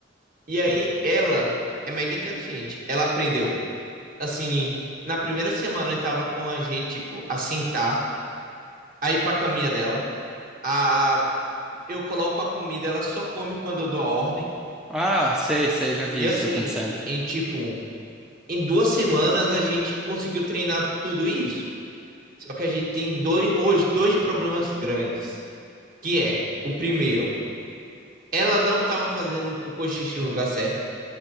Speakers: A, on the right; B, in the centre.
A: E aí, ela é mega inteligente. Ela aprendeu, assim, na primeira semana estava com a gente, tipo, a sentar, a ir pra caminha dela, a eu coloco a comida, ela só come quando eu dou a ordem.
B: Ah, sei, sei, já vi
A: E
B: isso
A: assim,
B: acontecendo.
A: em tipo em duas semanas a gente conseguiu treinar tudo isso. Só que a gente tem dois, hoje dois problemas grandes, que é o primeiro, ela não estava fazendo um cocô xixi no lugar certo.